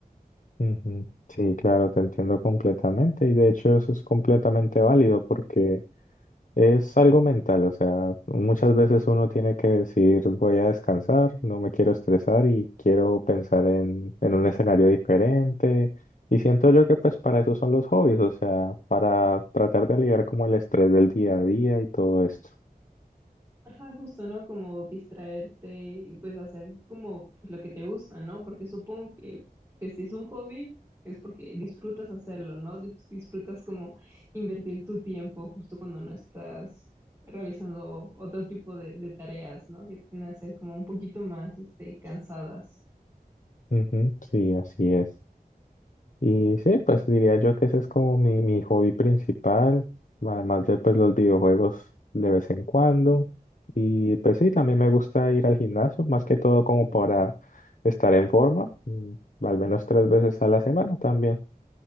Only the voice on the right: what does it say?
Ajá, justo, ¿no? Como distraerte y pues hacer como pues, lo que te gusta, ¿no? Porque supongo que pues, si es un hobby es porque disfrutas hacerlo, ¿no? Dis- Disfrutas como invertir tu tiempo justo cuando no estás realizando otro tipo de, de tareas, ¿no? Que tienden a ser como un poquito más este, cansadas.